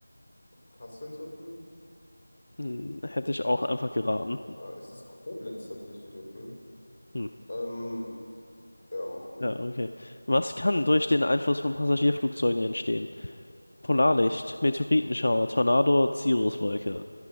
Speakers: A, on the left; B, on the left.
A: auf Kassel tippen.
B: Hm, hätte ich auch einfach geraten.
A: Ah, es ist Koblenz tatsächlich, okay.
B: Hm,
A: Ähm, ja, mach du.
B: ja, okay. Was kann durch den Einfluss von Passagierflugzeugen entstehen? Polarlicht, Meteoritenschauer, Tornado, Cirruswolke.